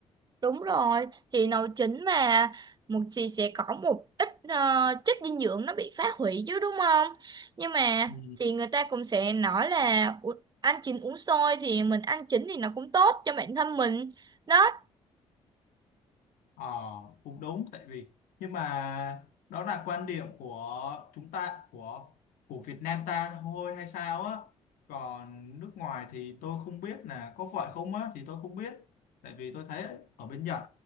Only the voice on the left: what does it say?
ừ.
Ờ, cũng đúng tại vì nhưng mà đó là quan điểm của chúng ta của của Việt Nam ta thôi hay sao á còn nước ngoài thì tôi không biết là có phải không á thì tôi không biết tại vì tôi thấy ở bên Nhật